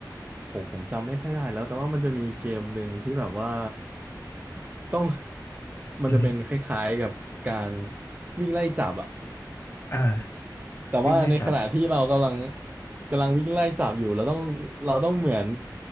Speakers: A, on the right (about 25°); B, on the left (about 35°).
A: ผมผมจำไม่ค่อยได้แล้วแต่ว่ามันจะมีเกมหนึ่งที่แบบว่าต้อง <laughs> มันจะเป็นคล้ายๆกับการ
B: อือฮึ
A: วิ่งไล่จับอะ
B: อ่า
A: แต่ว่าในขณะที่เรากำลัง
B: วิ่งไล่จับ
A: กำลังวิ่งไล่จับอยู่ เราต้องเราต้องเหมือน